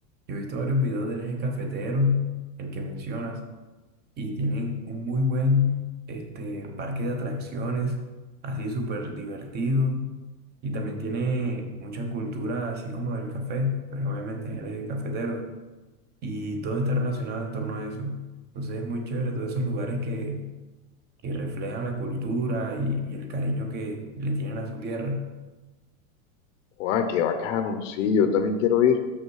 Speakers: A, on the right; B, on the left.
A: Yo he visto varios videos del eje cafetero, el que mencionas, y tienen un muy buen este, parque de atracciones, así súper divertido. Y también tiene mucha cultura así como del café, pues obviamente es el Eje cafetero y todo está relacionado en torno a eso. Entonces es muy chévere todos esos lugares que, que reflejan la cultura y, y el cariño que le tienen a su tierra.
B: Guau, qué bacano. Sí, yo también quiero ir.